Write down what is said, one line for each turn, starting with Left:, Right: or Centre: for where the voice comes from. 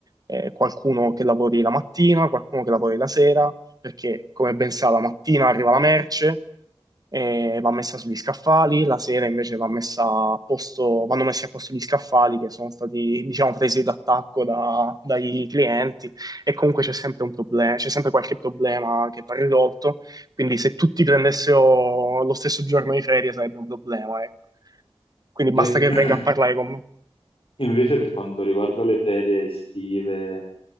Right: eh, qualcuno che lavori la mattina, qualcuno che lavori la sera, perché come ben sa la mattina arriva la merce, eh, va messa sugli scaffali, la sera invece va messa a posto, vanno messi a posto gli scaffali che sono stati, diciamo, presi d'attacco da- dai clienti e comunque c'è sempre un problema, c'è sempre qualche problema che va risolto, quindi se tutti prendessero lo stesso giorno di ferie sarebbe un problema, ecco. Quindi
Left: E
Right: basta che
Left: <clears throat>
Right: venga a parlare con me.
Left: invece per quanto riguarda le ferie estive